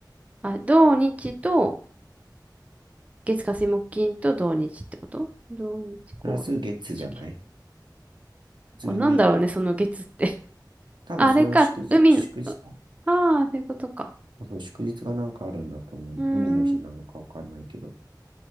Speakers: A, on the right (about 20°); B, on the right (about 80°).
A: あ、土日と月火水木金と土日ってこと土日5、
B: プラス月じゃない
A: 6、8、9。
B: 普通に、
A: これなんだろうね、その月って。<laughs>
B: 多分それが祝日、
A: あれか、海の、
B: 祝日、
A: ああー、そういうことか。
B: あそう、祝日がなんかあるんだと思う。
A: うー
B: 海の日なのかわかんないけど。
A: ん。